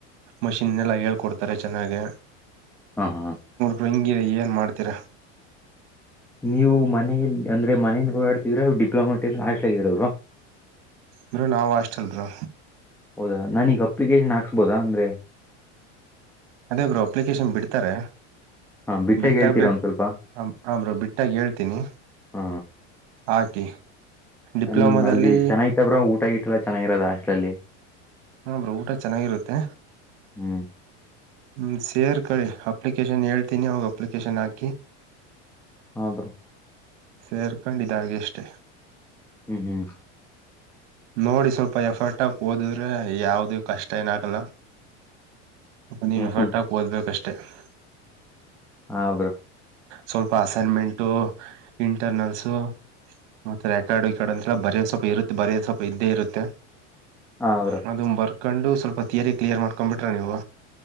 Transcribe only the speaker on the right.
ಮಷಿನ್ ಎಲ್ಲ ಹೇಳ್ಕೊಡ್ತಾರೆ ಚೆನ್ನಾಗೆ
ರಂಗಿರ ಏನ್ ಮಾಡ್ತೀರಾ
ಬ್ರು ನಾವು ಅಷ್ಟ ಬ್ರೋ
ಅದೇ ಬ್ರೊ ಅಪ್ಲಿಕೇಶನ್ ಬಿಡ್ತಾರೆ
ಬಿಟ್ಟಾಗಬೇಕ್
ಹ ಬ್ರೊ ಬಿಟ್ಟಾಗಿ ಹೇಳ್ತೀನಿ
ಹಾಕಿ ಡಿಪ್ಲೊಮಾದಲ್ಲಿ
ಹ ಬ್ರ ಊಟ ಚೆನ್ನಾಗಿರುತ್ತೆ
ಹ್ಮ ಸೇರ್ ಕಳಿ ಅಪ್ಲಿಕೇಶನ್ ಹೇಳ್ತೀನಿ ಅವಾಗ ಅಪ್ಲಿಕೇಶನ್ ಹಾಕಿ
ಸೇರ್ಕಂಡಿದಾಗ ಅಷ್ಟೆ
ನೋಡಿ ಸ್ವಲ್ಪ ಎಫರ್ಟ್ ಆಗ ಓದಿದ್ರೆ ಯಾವ್ದ ಕಷ್ಟ ಏನ ಆಗಲ್ಲ ಮನಿ
ಏಪರ್ಟ್
ಹಾಕಿ ಓದು ಬೇಕಷ್ಟೆ ಹ್ಮ್
ಸ್ವಲ್ಪ ಅಸೈನ್ಮೆಂಟ್ ಇಂಟರ್ನಲ್ಸ್ ಮತ್ತೆ ರೆಕಾರ್ಡ್ ವಿಕಾರ್ಡ್ ಅಂತೆಲ್ಲ ಬರೆಯ ಸ್ವಲ್ಪ ಇರುತ್ತೆ ಬರೆಯೋ ಸ್ವಲ್ಪ ಇದ್ದೇ ಇರುತ್ತೆ
ಮದಮಂಬರ್ಗ್ ಕಂಡು ಸ್ವಲ್ಪ ಯರಿ ಕ್ಲಿಯರ್ ಮಾಡ್ಕೊಂಡ್ಬಿಟ್ರ ನೀವು